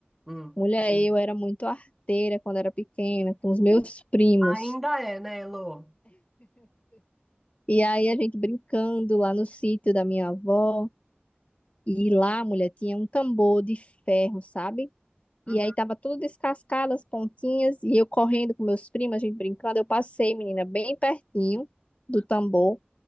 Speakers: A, in the centre; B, on the left.
A: hum.
B: Mulher, eu era muito arteira quando era pequena, com os meus primos.
A: Ainda é, né, Elô?
B: E aí a gente brincando lá no sítio da minha avó. E lá, mulher, tinha um tambor de ferro, sabe?
A: Uhum.
B: E aí tava tudo descascado, as pontinhas. E eu correndo com meus primos, a gente brincando. Eu passei, menina, bem pertinho do tambor.